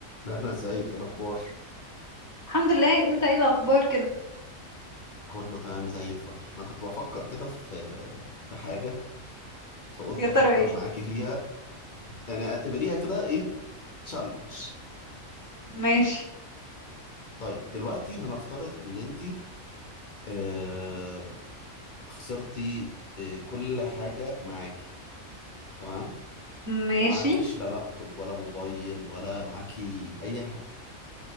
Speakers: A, on the left; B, on the right.
A: ميرنا ازيك ايه الاخبار
B: الحمد لله انت ايه الاخبار كده
A: كله تمام زي الفل انا كنت بفكر كده في في حاجه فقلت
B: يا
A: افكر
B: ترى ايه
A: معاكي فيها يعني اعتبريها كده ايه تشالنج
B: ماشي
A: طيب دلوقتي هنفترض ان انت آه خسرتي آه كل حاجه معاكي تمام
B: ماشي
A: ومعاكيش لا لابتوب ولا موبايل ولا معاكي اي حاجه